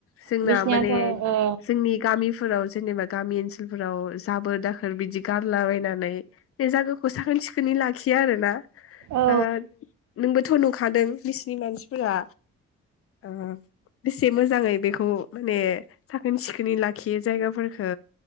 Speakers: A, on the left; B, on the right.
A: जोंना
B: बिसिनियाथ'
A: माने
B: औ
A: जोंनि गामिफोराव जेनेबा गामि ओनसोलफोराव जाबोर दाखोर बिदि गारलाबायनानै बे जागोखौ साखोन सिखोनै लाखियो आरो ना।
B: औ
A: ओ नोंबो थ' नुखादों बिसिनि मानसिफोरा ओ बेसे मोजाङै बेखौ माने साखोन सिखोनै ला खि जायगाफोरखो